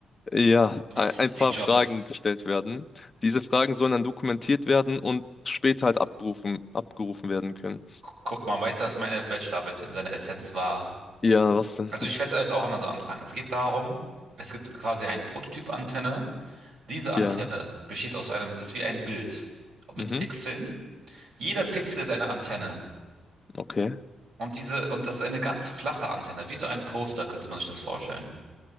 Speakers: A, on the left; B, on the right.
A: ja
B: Du bist
A: ein ein
B: Steve
A: paar
B: Jobs.
A: Fragen gestellt werden. Diese Fragen sollen dann dokumentiert werden und später halt abgerufen, abgerufen werden können.
B: Guck mal, weißt du, was meine Bachelorarbeit in seiner Essenz war?
A: Ja, was denn?
B: Also ich werde es auch immer so anfangen. Es geht darum, es gibt quasi einen Prototyp-Antenne. Diese Antenne
A: Ja,
B: besteht aus einem, ist wie ein Bild mit
A: mhm,
B: Pixeln. Jeder Pixel ist eine Antenne.
A: okay.
B: Und diese, und das ist eine ganz flache Antenne, wie so ein Poster, könnte man sich das vorstellen.